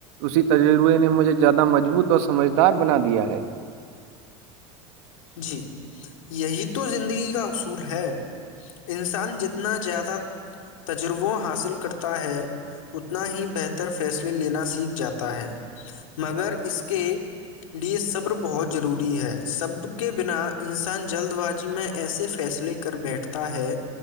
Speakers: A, on the right; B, on the left.
A: اسی تجربے نے مجھے زیادہ مضبوط اور سمجھدار بنا دیا ہے
B: جی یہی تو زندگی کا اصول ہے انسان جتنا زیادہ تجربہ حاصل کرتا ہے اتنا ہی بہتر فیصلے لینا سیکھ جاتا ہے مگر اس کے لیے صبر بہت ضروری ہے صبر کے بنا انسان جلد بازی میں ایسے فیصلے کر بیٹھتا ہے